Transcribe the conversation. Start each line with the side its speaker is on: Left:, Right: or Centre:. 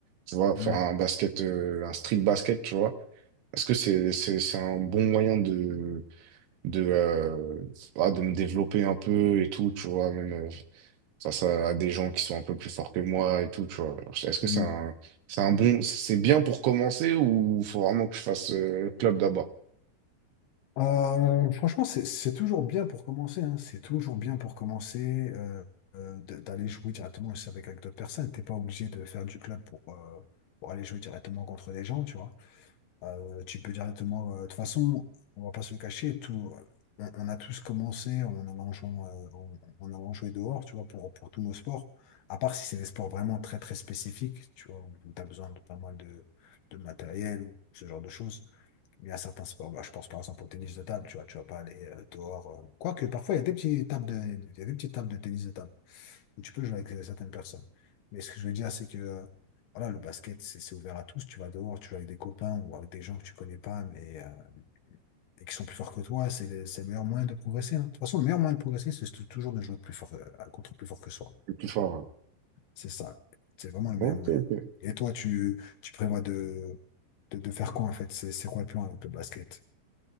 Right: tu vois, faire
Left: Ouais.
Right: un basket, euh, un street basket, tu vois, est-ce que c'est, c'est, c'est un bon moyen de, de, euh, ah, de me développer un peu et tout, tu vois, même euh, face à, à des gens qui sont un peu plus forts que moi et tout, tu vois. Alors, Est-ce que
Left: Mm.
Right: c'est un, c'est un bon, c'est bien pour commencer ou faut vraiment que je fasse euh, club d'abord,
Left: Euh, franchement, c'est c'est toujours bien pour commencer. hein. C'est toujours bien pour commencer euh, euh, d- d'aller jouer directement aussi avec, avec d'autres personnes. T'es pas obligé de faire du club pour, euh, pour aller jouer directement contre des gens, tu vois. Euh, tu peux directement. euh, de toute façon, on va pas se le cacher, tout, on, on a tous commencé en allant jouer, euh, en, en allant jouer dehors, tu vois, pour, pour tous nos sports. À part si c'est des sports vraiment très, très spécifiques, tu vois, où, tu as besoin de pas mal de, de matériel ou ce genre de choses. Mais il y a certains sports, bah, je pense par exemple au tennis de table, tu vois, tu vas pas aller euh, dehors. euh. Quoique, parfois, il y a des petites tables de, il y a des petites tables de tennis de table où tu peux jouer avec euh, certaines personnes. Mais ce que je veux dire, c'est que euh, voilà, le basket, c'est c'est ouvert à tous. Tu vas dehors, tu joues avec des copains ou avec des gens que tu connais pas, mais euh, et qui sont plus forts que toi. C'est le, c'est le meilleur moyen de progresser. hein. De toute façon, le meilleur moyen de progresser, c'est tou- toujours de jouer plus fort, euh, contre plus fort que soi.
Right: le plus fort?
Left: C'est ça. C'est vraiment le
Right: Ok,
Left: meilleur moyen.
Right: ok.
Left: Et toi, tu, tu prévois de, de, de faire quoi en fait? C'est c'est quoi le plan avec le basket?